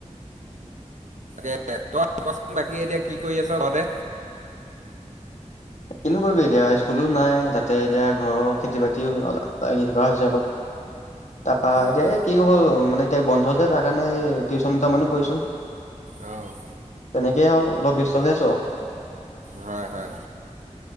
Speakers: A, on the right (about 70°); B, on the left (about 65°).
A: <unintelligible> তই ক'চোন বাকী এতিয়া কি কৰি আছোঁ ঘৰতে?
B: কিনো কৰিবি এতিয়া স্কুলো নাই তাতে এতিয়া ঘৰৰ খেতি বাতিও লাগি থকা হৈছে অলপ। <unintelligible> এতিয়া
A: অ'
B: এ কি হ'ল মানে এতিয়া বন্ধ যে তাৰ কাৰণে টিউশচন দুটা মানো কৰিছোঁ।
A: অ'।
B: তেনেকে আৰু অলপ ব্যস্ত হৈ আছোঁ আৰু।
A: হয় হয়।